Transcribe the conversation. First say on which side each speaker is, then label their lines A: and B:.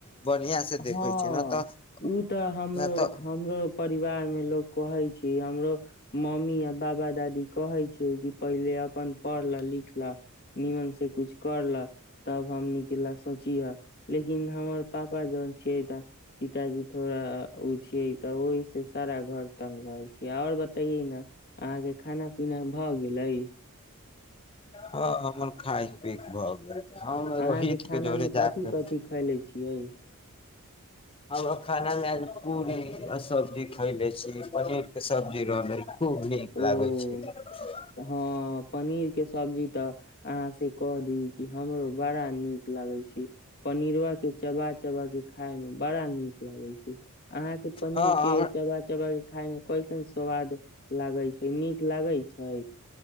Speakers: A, on the left; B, on the left.
A: बढ़िया से देखे
B: हँ
A: छै न तऽ
B: ओ तऽ हमरो
A: न तऽ
B: हमरो परिवार परिवार मे लोक कहै छै हमरो मम्मी आ बाबा दादी कहै छै कि पहिले अपन पढ़ लेलिख नीमन से कुछ कर ल तब हमनी के ल सोचीहा लेकिन हमर पाप छियै तऽ पिताजी थोड़ा ओ छियै तऽ ओहि से सारा घर तंग रहै छियै आओर बतैये ने अहाँ के खाना पीना भऽ गेले
A: हँ हमर खाय पी भऽ गेल हम रोहितके
B: अहाँके खाना
A: जोरे
B: मे
A: जाक
B: कथि कथि खैले छियै
A: हम खाना मे आ पूरी सब्जी खयले छी पनीर के सब्जी रहले खूब नीक लागै
B: ओ
A: छै ह <unintelligible>
B: हँ पनीर के सब्जी तऽ अहाँ से कह दिय कि हमरो बड़ा नीक लागै छै पनीरबा के चबा चबा के खाय मे बड़ा नीक लागै छै अहाँके पनीर
A: हँ हमरा
B: के चवा चवा खाय मे कैसन स्वाद लागै छै नीक लागै छै